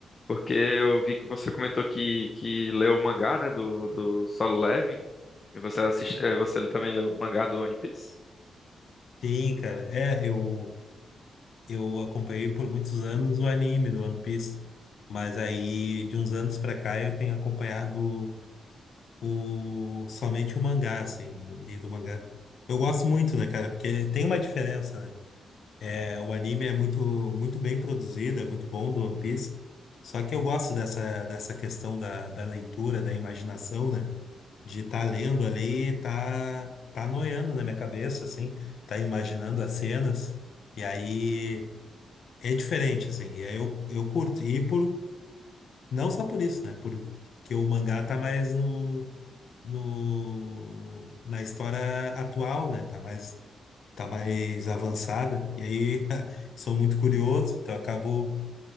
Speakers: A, on the left; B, on the left.
A: Porque eu vi que você comentou que, que leu o mangá, né? Do, do Solo Leveling. E você assiste, eh, você também leu o mangá do One Piece?
B: Sim, cara. É, eu, eu acompanhei por muitos anos o anime do One Piece. Mas aí, de uns anos pra cá, eu tenho acompanhado o, somente o mangá, assim, lido o mangá. Eu gosto muito, né, cara? Porque tem uma diferença, né? É, O anime é muito, muito bem produzido, é muito bom do One Piece. Só que eu gosto dessa, dessa questão da, da leitura, da imaginação, né? De estar lendo ali, tá, tá noiando na minha cabeça, assim, tá imaginando as cenas. E aí é diferente, assim, e aí eu, eu curto. E por, não só por isso, né? Porque o mangá tá mais no, no, na história atual, né? Tá mais tá mais avançada, e aí <laughs> sou muito curioso, então acabo